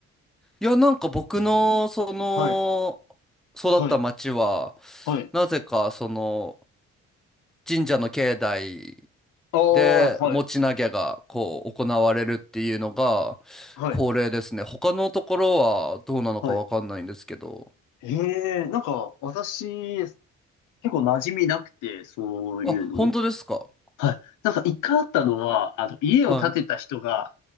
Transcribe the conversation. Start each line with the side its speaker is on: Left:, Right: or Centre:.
Centre: いやなんか僕のその
Left: はい。
Centre: 育った町は
Left: はい。はい。
Centre: なぜかその神社の境内
Left: ああ、
Centre: で、
Left: はい。
Centre: 持ち投げがこう行われるっていうのが
Left: はい。
Centre: 恒例ですね。他のところはどうなのかわかんないんですけど。
Left: はい。へえ、なんか、私、結構馴染みなくて、そういうの。
Centre: あ、本当ですか
Left: はい。なんか一回あったのは、あの、家を建てた人が、
Centre: はい、